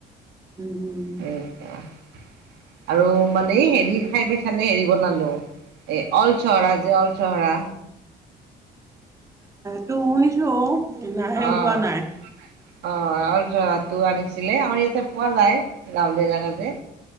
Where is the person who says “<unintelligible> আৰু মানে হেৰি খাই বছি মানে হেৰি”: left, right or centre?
Right